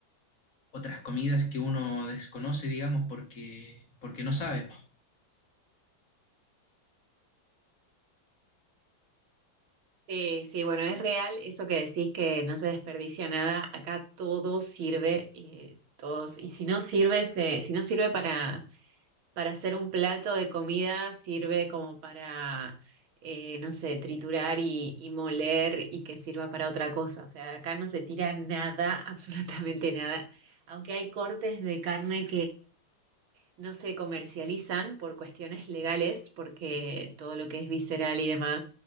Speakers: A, on the left; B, on the right.
A: otras comidas que uno desconoce, digamos, porque, porque no sabe.
B: Sí, sí, bueno, es real eso que decís que no se desperdicia nada. Acá todo sirve, eh, todos. Y si no sirve, se- si no sirve para, para hacer un plato de comida, sirve como para, eh, no sé, triturar y, y moler y que sirva para otra cosa. O sea, acá no se tira nada, <laughs> absolutamente nada. Aunque hay cortes de carne no se comercializan por cuestiones legales, porque todo lo que es visceral y demás